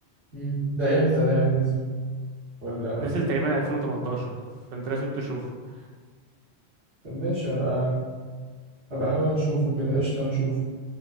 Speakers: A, on the right (about 75°); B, on the right (about 60°).
A: مم. ده إمتى ده يعني نزل ولا
B: نزل تقريبا 2018 فأنت لازم تشوفه
A: طب ماشي هبقى هبقى أحاول أشوفه كده قشطة هشوفه